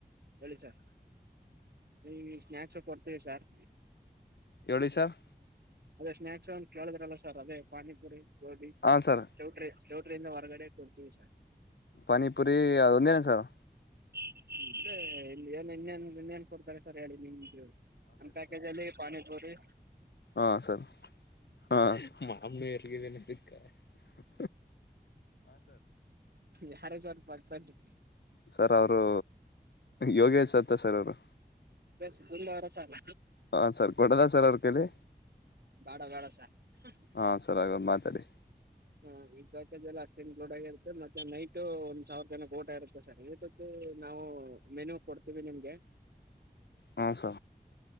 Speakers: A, on the right; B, on the left.
A: ಹೇಳಿ ಸರ್ ಈ ಸ್ನಾಯಕ್ಸ್ ಕೊಡ್ತೀವಿ ಸಾರ್.
B: ಎವಳಿಸ ಸರ್.
A: ಅದೇ ಸ್ನಾಯಕ್ಸ್ ಅಂತ ಕೇಳಿದ್ರಲ್ಲ ಸರ್ ಅದೇ ಪಾನಿಪುರಿ. ಹಿ
B: ಹಾಂ ಸರ್
A: ಚೌಟ್ರಿ. ಚೌಟ್ರಿಂದ ಹೊರಗಡೆ ಕೊಡ್ತೀವಿ ಸರ್.
B: ಪಾನಿಪುರಿ ಅದ್ ಒಂದೇನ ಸರ್.
A: <unintelligible> ಇಲ್ಲಿ ಏನ್ ಇನ್ನೇನ್ ಇನ್ನೇನ್ ಕೊಡ್ತಾರೆ ಸರ್ ಹೇಳಿ ನಿಮ್ ನಮ್ ಪ್ಯಾಕೇಜಲ್ಲಿ ಪಾನೀಪೂರಿ
B: ಹಾ ಸರ್ ಹಾ ಮಾಮ್ ಎರ್ಗಿದೀನೆ <inaudible>
A: ಯಾರು ಸರ್ ಪರ್ಫೆಕ್ಟ್
B: ಸರ್ ಅವರು ಯೋಗೇಶ್ ಅಂತ ಸರ್ ಅವ್ರು
A: ಸ್ಕೂಲ್ ಅವರ ಸರ್
B: ಹ ಸರ್ ಕೊಡದ ಸರ್ ಅವ್ರ್ ಕೈಲಿ.
A: ಬ್ಯಾಡ ಬ್ಯಾಡ ಸರ್ ಹ್
B: ಹಾಂ ಸರ್ ಹಾಗಾದ್ರೆ ಮಾತಾಡಿ
A: ಮ್ ಹಾ ಈ ಪ್ಯಾಕೇಜ್ ಎಲ್ಲ ಅಷ್ಟು ಇನ್ಕ್ಲೂಡ್ ಆಗಿರುತ್ತೆ ಮತ್ತೆ ನೈಟ ಒಂದ್ ಸಾವಿರ ಜನಕ್ಕೆ ಊಟ ಇರುತ್ತೆ ಸರ್ ಊಟದು ನಾವು ಮೆನ್ಯೂ ಕೊಡ್ತೀವಿ ನಿಮ್ಗೆ.
B: ಹಾ ಸ